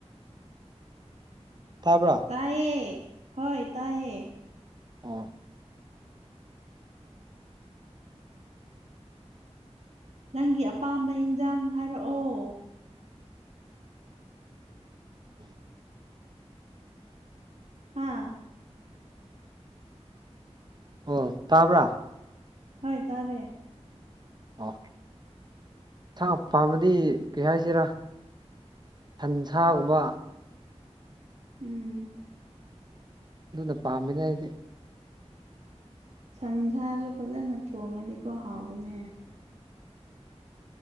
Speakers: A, on the right; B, on the right.
A: ꯇꯥꯕ꯭ꯔ
B: ꯇꯥꯏꯌꯦ ꯍꯣꯏ ꯇꯥꯏꯌꯦ
A: ꯑꯣ
B: ꯅꯪꯒꯤ ꯑꯄꯥꯝꯕ ꯏꯟꯖꯥꯡ ꯍꯥꯏꯔꯛꯑꯣ
A: <inaudible>
B: ꯍꯥ
A: ꯑꯣ ꯇꯥꯕ꯭ꯔ
B: ꯍꯣꯏ ꯇꯥꯔꯦ
A: ꯑꯣ ꯏꯟꯁꯥꯡ ꯄꯥꯝꯕꯗꯤ ꯀꯔꯤ ꯍꯥꯏꯁꯤꯔ ꯁꯟꯁꯥꯒꯨꯝꯕ
B: ꯎꯝ
A: ꯑꯗꯨꯅ ꯄꯥꯝꯃꯤꯗ ꯑꯩꯗꯤ
B: ꯁꯟꯁꯥꯖꯨ ꯐꯖꯅ ꯊꯣꯡꯉꯗꯤꯀꯣ ꯍꯥꯎꯕꯅꯦ